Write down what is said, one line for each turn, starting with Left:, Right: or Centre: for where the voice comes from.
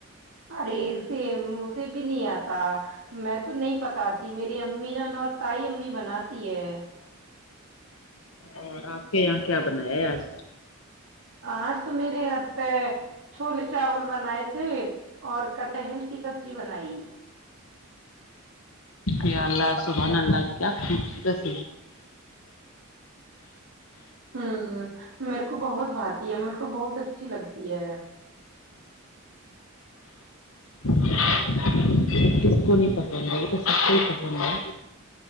Right: ارے سیم مجھے بھی نہیں آتا میں تو نہیں پکاتی میری امی جان اور تائی امی بناتی ہے
Left: اور آپ کے یہاں کیا بنایا ہے آج
Right: آج تو میرے گھر پہ چھوولے چاول بنائے تھے اور کٹہل کی سبزی بنائی
Left: ا اللہ سبحان اللہ خوبصت س
Right: ہ میرے کو بہت بھاتات ہے میرے کو بہت اچھی لگتی ہے
Left: جی اسس کو نہیں پسند ہے وہ تو سب پسند ہے